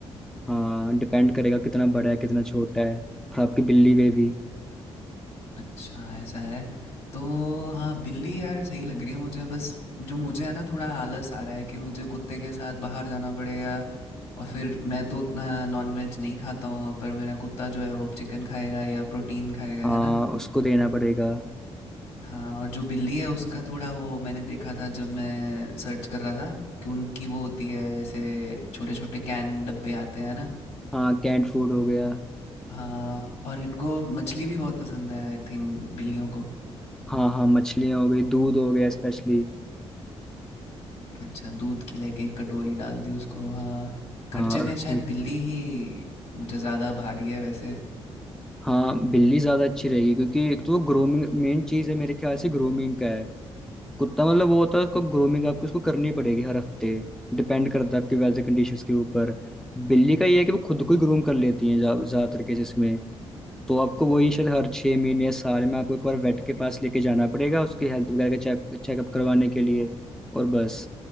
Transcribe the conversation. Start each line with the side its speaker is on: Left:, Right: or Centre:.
Centre: हाँ डिपेंड करेगा कितना बड़ा है कितना छोटा है और आपकी बिल्ली पे भी
Left: अच्छा ऐसा है तो हाँ बिल्ली यार सही लग रही है मुझे बस जो मुझे है ना थोड़ा आलस आ रहा है कि मुझे कुत्ते के साथ बाहर जाना पड़ेगा और फिर मैं तो उतना नॉनवेज नहीं खाता हूँ पर मेरा कुत्ता जो है वो चिकन खाएगा या प्रोटीन खाएगा
Centre: हाँ
Left: है ना
Centre: उसको देना पड़ेगा
Left: हाँ और जो बिल्ली है उसका थोड़ा वो मैंने देखा था जब मैं सर्च कर रहा था कि उनकी वो होती है जैसे छोटे छोटे कैन डब्बे आते हैं ना
Centre: हाँ कैंट फूड हो गया
Left: हाँ और इनको मछली भी बहुत पसंद है आई थिंक बिल्लियों को
Centre: हाँ हाँ मछलियाँ हो गई दूध हो गया स्पेशली
Left: अच्छा दूध की लाइक एक कटोरी डाल दी उसको हाँ खर्चे
Centre: हाँ और
Left: में शायद
Centre: वो
Left: बिल्ली ही मुझे ज़्यादा भारी है वैसे
Centre: हाँ बिल्ली ज्यादा अच्छी रहेगी क्योंकि एक तो वो ग्रूमिंग मेन चीज है मेरे ख्याल से ग्रूमिंग का है कुत्ता मतलब वो होता है उसको ग्रूमिंग आपको उसको करनी पड़ेगी हर हफ्ते डिपेंड करता है आपकी वेदर कंडीशंस के ऊपर बिल्ली का ये है कि वो खुद को ही ग्रूम कर लेती है ज्यादातर केसेस में तो आपको वही शायद हर छः महीने या साल में आपको एक बार वेट के पास लेके जाना पड़ेगा उसकी हेल्थ वगैरह का चेक चेकअप करवाने के लिए और बस